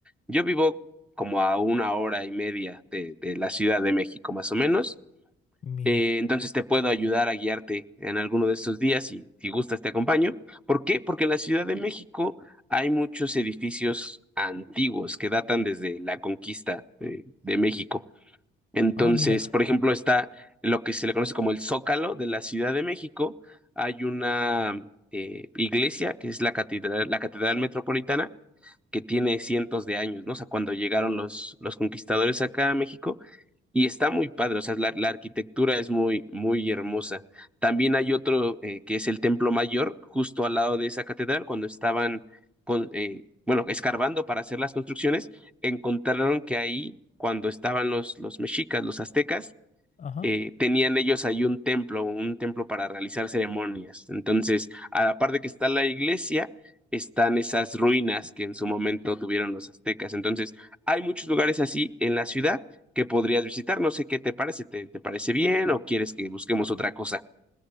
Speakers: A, in the centre; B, on the left (about 35°).
A: Yo vivo como a una hora y media de, de la Ciudad de México, más o menos.
B: Mira,
A: Eh, entonces te puedo ayudar a guiarte en alguno de estos días y si gustas te acompaño. ¿Por qué? Porque en la Ciudad de México hay muchos edificios antiguos que datan desde la conquista eh, de México. Entonces,
B: ah, mira,
A: por ejemplo, está lo que se le conoce como el Zócalo de la Ciudad de México. Hay una eh, iglesia que es la catedral, la Catedral Metropolitana que tiene cientos de años, ¿no? O sea, cuando llegaron los, los conquistadores acá a México, y está muy padre, o sea, la, la arquitectura es muy, muy hermosa. También hay otro eh, que es el Templo Mayor, justo al lado de esa catedral, cuando estaban con, eh, bueno, escarbando para hacer las construcciones, encontraron que ahí, cuando estaban los, los mexicas, los aztecas,
B: ajá.
A: eh, tenían ellos ahí un templo, un templo para realizar ceremonias. Entonces, a la par de que está la iglesia, están esas ruinas que en su momento tuvieron los aztecas. Entonces, hay muchos lugares así en la ciudad que podrías visitar. No sé qué te parece, ¿te, te parece bien o quieres que busquemos otra cosa?